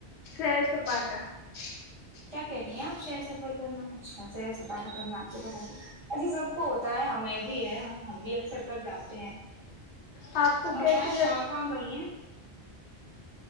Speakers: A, on the left; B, on the right.
A: سیر سپاٹا <unintelligible>
B: کیا کہہ رہی ہیں آپ شہیر سفر کرنا اچھا س سپاٹا کرنا آپ کو پسند اھی سب کو ہوتا ہے ہمیں <unintelligible> بھی ہے ہم بھی اکثر کر جاتے ہیں
A: آپ کو
B: بتیا
A: کیسی
B: آپ
A: جگہ
B: کہاں کہاں گئی ہیں